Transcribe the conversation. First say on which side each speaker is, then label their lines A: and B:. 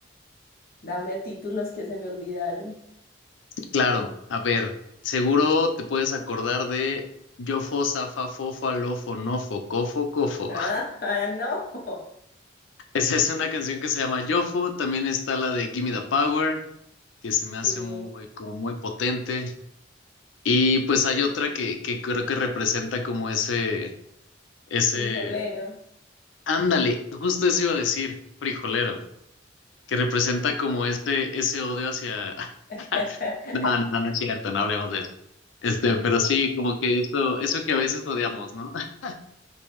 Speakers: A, on the left; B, on the left.
A: dame títulos que se me olvidaron.
B: Claro, a ver, seguro te puedes acordar de Yofo, Zafa, Fofo, Alofo, Nofo, Cofo, Cofo.
A: Ah,
B: <laughs>
A: no.
B: Esa es una canción que se llama Yofo, también está la de Gimme the Power, que se me hace
A: Sí,
B: muy, como muy potente. Y pues hay otra que, que creo que representa como ese, ese
A: frijolero.
B: Ándale, justo eso iba a decir, frijolero,
A: Mm,
B: que representa
A: Sí.
B: como este, ese odio hacia...
A: <laughs>
B: <laughs> No, no, no es cierto, no hablemos de eso. Este, pero sí, como que eso, eso que a veces odiamos, ¿no? <laughs>